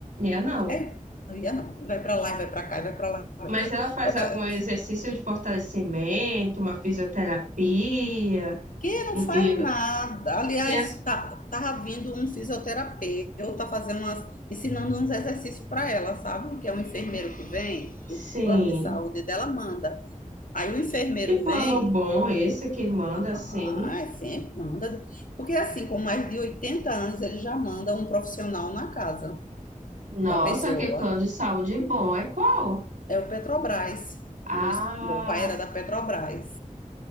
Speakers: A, on the right; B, on the left.
A: É não.
B: É, não ia não. Vai para lá, vai para cá, vai para lá. vai
A: Mas
B: cá.
A: ela faz
B: Olha,
A: algum exercício de fortalecimento, uma fisioterapia.
B: Que não
A: um-
B: faz
A: E,
B: nada. Aliás,
A: que as-
B: tá, tá vindo um fisioterapeuta fazer umas, ensinando uns exercícios para ela, sabe? Que é um enfermeiro que vem,
A: sim.
B: que o plano de saúde dela manda. Aí o enfermeiro
A: Que plano
B: vem
A: bom esse que manda
B: Ah,
A: assim?
B: é sempre manda. Porque assim, com mais de 80 anos, ele já manda um profissional na casa
A: Nossa,
B: da pessoa.
A: que plano de saúde bom. É qual?
B: É o Petrobras.
A: Ah.
B: Meu, es- meu pai era da Petrobras.